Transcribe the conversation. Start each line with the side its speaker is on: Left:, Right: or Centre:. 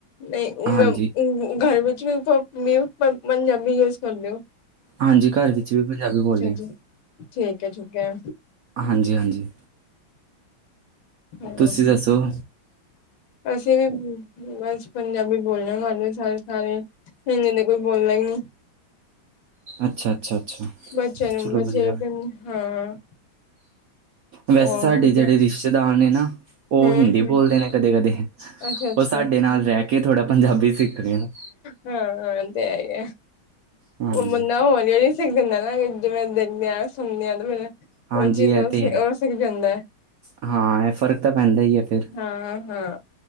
Left: ਨੀ
Right: ਹਾਂਜੀ
Left: ਨ ਘਰ ਵਿੱਚ ਤ ਨੀ ਪਰ ਪੰਜਾਬੀ ਯੂਜ ਕਰ ਦੇ ਓ।
Right: ਹਾਂਜੀ ਘਰ ਵਿੱਚ ਵੀ ਪੰਜਾਬੀ ਬੋਲਦੇ ਹਾਂ।
Left: ਜੀ ਠੀਕ ਹੈ ਠੀਕ ਹੈ।
Right: ਹਾਂਜੀ ਹਾਂਜੀ,
Left: ਹਾਂ
Right: ਤੁਸੀਂ ਦੱਸੋ।
Left: ਅਸੀਂ ਵੀ ਬਸ ਪੰਜਾਬੀ ਬੋਲਦੇ ਆਂ ਘਰ ਸਾਡੇ ਸਾਰੇ। ਹਿੰਦੀ ਤਾਂ ਕੋਈ ਬੋਲਦਾ ਈਨੀ
Right: ਅੱਛਾ ਅੱਛਾ ਅੱਛਾ।
Left: ਬੱਚੇ ਨੂੰ
Right: ਚਲੋ
Left: ਬਚੇ
Right: ਵਧੀਆ
Left: ਹੁਨ ਹਾਂ।
Right: ਵੈਸੇ
Left: ਹਮ
Right: ਸਾਡੇ ਜਿਹੜੇ ਰਿਸ਼ਤੇਦਾਰ ਨੇ ਨਾ ਉਹ
Left: ਹਮ
Right: ਹਿੰਦੀ ਬੋਲਦੇ ਨੇ ਕਦੇ -ਕਦੇ
Left: ਅੱਛਾ ਅੱਛਾ
Right: ਉਹ ਸਾਡੇ ਨਾਲ ਰਹਿ ਕੇ ਥੋੜ੍ਹਾ ਪੰਜਾਬੀ ਸਿੱਖਦੇ ਨੇ।
Left: ਹਾਂ ਇਹ ਤਾਂ ਹੈ ਹੀ ਹੈ
Right: ਹਾਂਜੀ
Left: ਉਹ ਬੰਦਾ ਹੌਲੀ ਹੌਲੀ। ਸਿੱਖ ਜਾਂਦਾ ਨਾ ਐਵੇਂ ਜਿਵੇਂ <unintelligible> ਸੁਣਦੇ ਹਾਂ ਤੇ ਫਿਰ
Right: ਹਾਂਜੀ
Left: ਉਹ ਚੀਜ਼
Right: ਇਹ
Left: ਉਹ
Right: ਤੇ
Left: ਸੀ
Right: ਹੈ
Left: ਉਹ ਸਿੱਖ ਜਾਂਦਾ।
Right: ਹਾਂ ਇਹ ਫ਼ਰਕ ਤਾਂ ਪੈਂਦਾ ਹੀ ਹੈ ਫਿਰ।
Left: ਹਾਂ ਹਾਂ।